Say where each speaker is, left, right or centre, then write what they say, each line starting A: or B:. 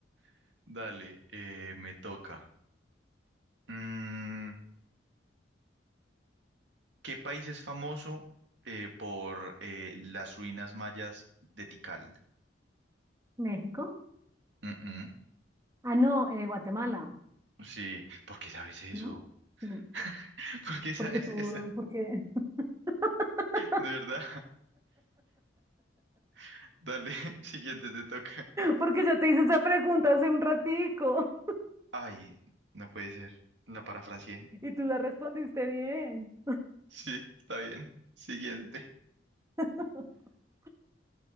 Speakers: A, on the right; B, on the right.
A: <laughs> Dale, eh, me toca. Mm, ¿qué país es famoso eh, por eh, las ruinas mayas de Tikal?
B: México.
A: Mm, mm,
B: Ah, no, eh, Guatemala,
A: Sí, ¿por qué sabes eso?
B: ¿no? Sí,
A: <laughs> ¿Por qué sabes
B: porque tú,
A: eso?
B: porque... <laughs>
A: De verdad. <laughs> Dale, <laughs> siguiente te toca.
B: Porque yo te hice esa pregunta hace un ratico.
A: Ay, no puede ser. La parafraseé.
B: Y
A: <laughs>
B: tú la respondiste bien.
A: Sí, está bien. Siguiente.
B: <laughs>